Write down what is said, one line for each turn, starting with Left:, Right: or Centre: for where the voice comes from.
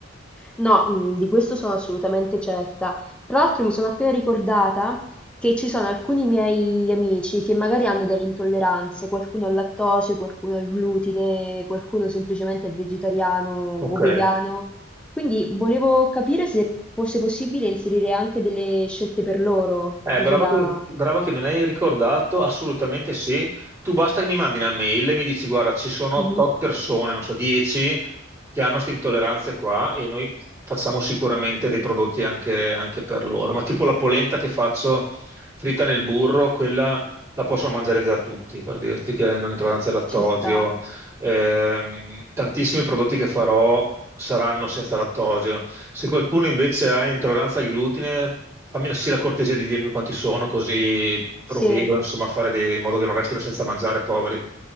Centre: No, mh, di questo sono assolutamente certa. Tra l'altro mi sono appena ricordata che ci sono alcuni miei amici che magari hanno delle intolleranze, qualcuno al lattosio, qualcuno al glutine, qualcuno semplicemente è vegetariano o
Right: Ok.
Centre: vegano. Quindi volevo capire se fosse possibile inserire anche delle scelte per loro,
Right: Eh,
Centre: così
Right: brava
Centre: da...
Right: che, brava che me ne hai ricordato, assolutamente sì. Tu basta che mi mandi una mail e mi dici, guarda, ci sono
Centre: Mhm,
Right: tot persone, non so, 10 che hanno queste intolleranze qua e noi facciamo sicuramente dei prodotti anche, anche per loro. Ma tipo la polenta che faccio fritta nel burro, quella la possono mangiare già tutti, per dirti che hanno intolleranza al lattosio
Centre: ci sta.
Right: Ehm, tantissimi prodotti che farò saranno senza lattosio. Se qualcuno invece ha intolleranza al glutine, fammi sì la cortesia di dirmi quanti sono, così provvedo,
Centre: Sì.
Right: insomma, a fare dei- in modo che non restino senza mangiare, poveri.